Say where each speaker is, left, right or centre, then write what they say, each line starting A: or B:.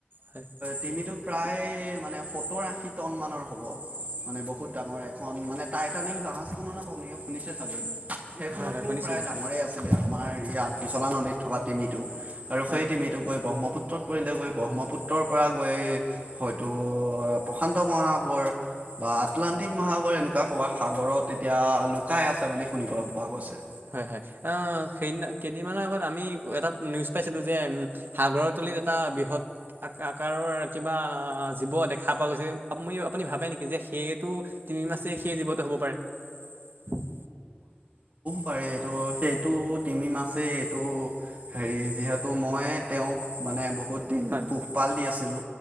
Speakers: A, on the right; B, on the right.
A: হয়
B: টমিতটো প্ৰায় মানে সত্তৰ আশী টন মানৰ হব মানে বহুত ডাঙৰ এখন মান মানে টাইটানিক জাহাজখনো ন পানে শুনিছে চাগৈত সেইখনতো
A: হয় হয় শুনিছোঁ
B: প্ৰায়
A: শুনিছোঁ
B: ডাঙৰেই আছিলে আমাৰ ইয়াত পিছলা নদীত থকা তিমিটো আৰু
A: হয়
B: সেই তিমিতো গৈ ব্ৰহ্মপুত্ৰত পৰিলে গৈ ব্ৰহ্মপুত্ৰৰ পৰা গৈ হয়তো প্ৰশান্ত মহাসাগৰ বা আটলানটিক মহাসাগৰ এনে কবাত সাগৰত এতিয়া লুকাই আছে বুলি শুনিব পোৱা গৈছে
A: হয় হয় অ সেইদিনা কেইদিনমানৰ আগত আমি এটা নিউজ পাইছিলো যে সাগৰ এটা বৃহৎ আকাৰৰ কিবা জীৱ দেখা পোৱা গৈছে আপুনি আপুনি ভাবে নেকি যে সেইটো তিমি মাছেই সেই জীৱটো হব পাৰে
B: প এইটো সেইটো তিমি মাছেই এইটো হেৰি যিহেতু মই তেওঁক মানে বহু বহুত দিন
A: হয়
B: পোহপাল দি আছিলো